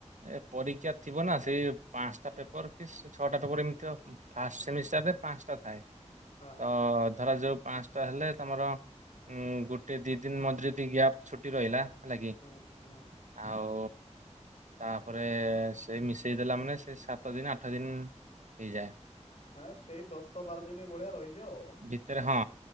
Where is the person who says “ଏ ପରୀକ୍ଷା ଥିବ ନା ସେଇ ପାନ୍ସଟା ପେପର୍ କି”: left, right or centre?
Right